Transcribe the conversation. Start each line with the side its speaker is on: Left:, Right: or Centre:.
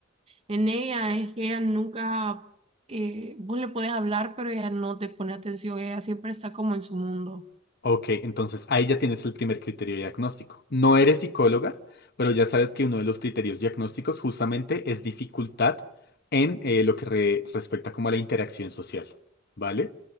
Right: en ella es que ella nunca, eh, vos le podés hablar, pero ella no te pone atención, ella siempre está como en su mundo.
Left: Ok, entonces ahí ya tienes el primer criterio diagnóstico. No eres psicóloga, pero ya sabes que uno de los criterios diagnósticos justamente es dificultad en eh, lo que re- respecta como a la interacción social. ¿Vale?